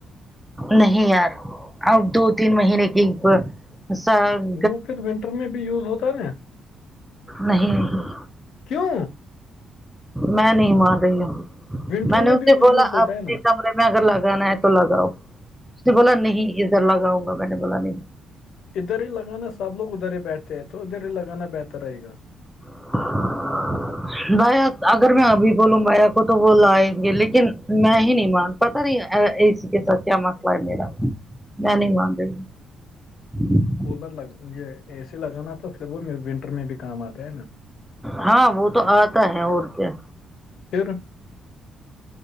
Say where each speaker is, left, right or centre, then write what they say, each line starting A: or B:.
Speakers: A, in the centre; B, on the left (about 75°).
A: نہیں یار اب دو تین مہینے کے اپ ساب
B: وہ پھر ونٹر میں بھی یوز ہوتا ہے نا
A: نہیں نہیں
B: کیوں
A: میں نہیں مان رہی ہوں
B: ونٹر
A: میں نے اسے
B: بھی وہ
A: بولا
B: یوز ہوتا
A: اپنے
B: ہے نا
A: کے کمرے میں میں اگر لگانا ہے تو لگاؤں اس نے بولا نہیں ادھر لگاؤں گا میں نے بولا نہیں
B: ادھر ہی لگانا سب لوگ ادھر ہی بیٹھتے ہیں تو ادھر ہی لگانا بہتر رہے گا
A: <unintelligible> بایا اگر میں ابھی بولوں بایا کو تو وہ لائیں گے لیکن میں ہی نہیں مان پتا نہیں اسی کے ساتھ کیا مسئلہ ہے میرا میں نہیں مان رہی <inaudible>
B: کولر لگ اے سی لگانا تو پھر وہ ونٹر میں بھی کام آتا ہے نا
A: ہاں وہ تو آتا ہے اور کیا
B: پھر